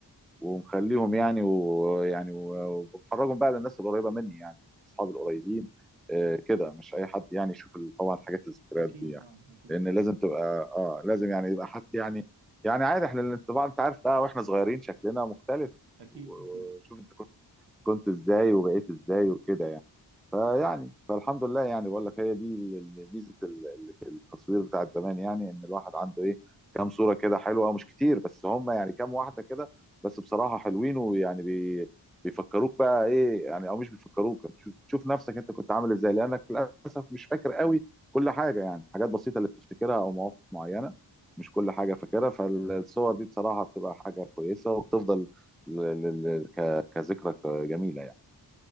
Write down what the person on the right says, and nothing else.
اكيد
اه اكيد
اكيد
اكيد